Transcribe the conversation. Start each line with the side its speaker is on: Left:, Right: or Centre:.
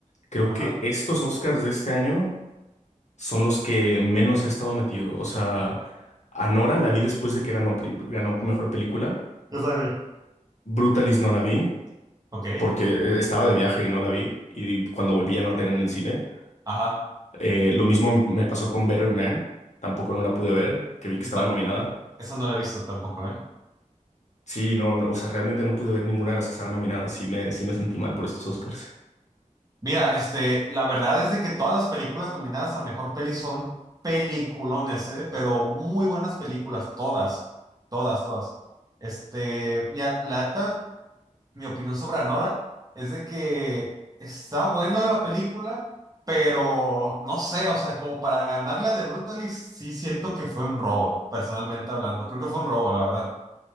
Left: Creo
Right: Ajá.
Left: que estos Oscars de este año son los que menos he estado metido. O sea, Anora la vi después de que ganó, pri- ganó mejor película.
Right: Yo también.
Left: Brutalis no la vi
Right: Ok,
Left: porque eh, estaba de viaje y no la vi. Y cuando volví ya no la tenía en el cine.
Right: ajá.
Left: Eh, lo mismo me pasó con Better Man. Tampoco no la pude ver, que vi que
Right: Yo
Left: estaba
Right: ta-
Left: nominada.
Right: Esa no la he visto tampoco, ¿eh?
Left: Sí, no, no, o sea, realmente no pude ver ninguna de las que estaban nominadas. Sí me, sí me sentí mal por estos Oscars.
Right: Mira, este, la verdad es de que todas las películas nominadas a mejor peli son peliculones, ¿eh? Pero muy buenas películas, todas, todas, todas. Este, mira, la neta, mi opinión sobre Anora es de que está buena la película, pero no sé, o sea, como para ganarle a The Brutalist, sí siento que fue un robo, personalmente hablando. Creo que fue un robo, la verdad.